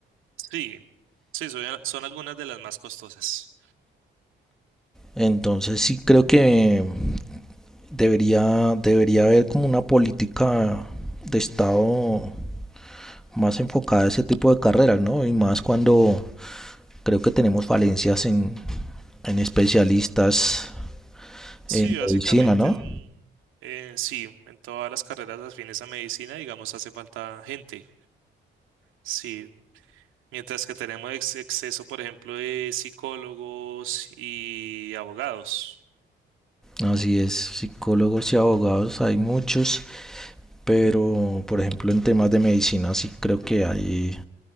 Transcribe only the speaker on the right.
Sí, sí, son, son algunas de las más costosas.
Sí,
básicamente
en, eh, sí, en todas las carreras afines a medicina, digamos, hace falta gente. Sí, mientras que tenemos ex- exceso, por ejemplo, de psicólogos y abogados.